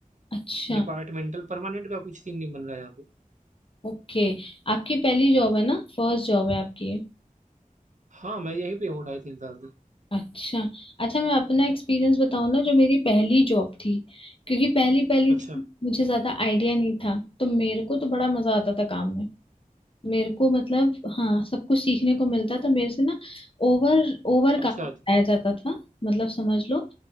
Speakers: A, on the left; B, on the right.
A: अच्छा
B: डिपार्टमेंटल परमानेंट का कुछ सीन नहीं बन रहा यहाँ पे
A: ओके आपकी पहली जॉब है ना फर्स्ट जॉब है आपकी ये?
B: हाँ मैं यहीं पे हूँ ढाई तीन साल से
A: अच्छा अच्छा मैं अपना एक्सपीरियंस बताऊँ ना जो मेरी पहली जॉब थी क्योंकि पहली पहली थी
B: अच्छा
A: मुझे ज्यादा आइडिया नहीं था तो मेरे को तो बड़ा मजा आता था काम में मेरे को मतलब हाँ सब कुछ सीखने को मिलता था मेरे से ना ओवर ओवर
B: अच्छा
A: काम
B: अच्छा
A: कराया जाता था मतलब समझ लो